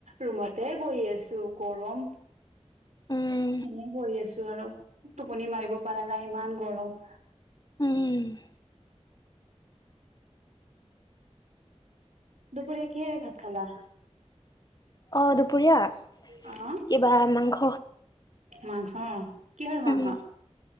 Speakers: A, on the right; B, on the left.
A: ৰুমতে বহি আছো গৰম
B: উম,
A: এনে বহি আছো আৰু টোপনি মাৰিব পৰা নাই ইমান গৰম
B: উম
A: দুপৰীয়া কিহেৰে ভাত খালা
B: অ দুপৰীয়া
A: অহ
B: কিবা মাংস
A: মাংস কিহৰ মাংস
B: উম,